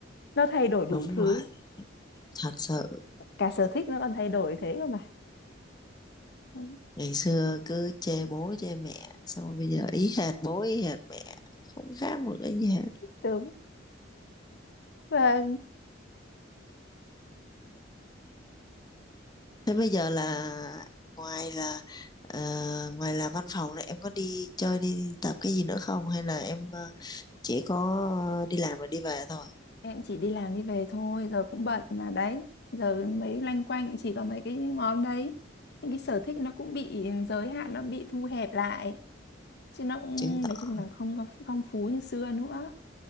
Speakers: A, on the left; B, on the left.
A: nó thay đổi đủ
B: đúng
A: thứ
B: rồi thật sự
A: cả sở thích nó còn thay đổi thế cơ mà Đúng
B: ngày xưa cứ chê bố chê mẹ xong rồi bây giờ ý hệt bố ý hệt mẹ không khác một cái gì hết
A: đúng. và
B: thế bây giờ là ngoài là ờ, ngoài là văn phòng này em có đi chơi đi tập cái gì nữa không hay là em ờ, chỉ có ờ, đi làm và đi về thôi
A: em chỉ đi làm đi về thôi giờ cũng bận mà đấy giờ mấy loanh quanh chỉ có mấy cái món đấy những cái sở thích nó cũng bị giới hạn nó bị thu hẹp lại chứ nó cũng
B: chứng tỏ
A: nói chung là không có phong phú như xưa nữa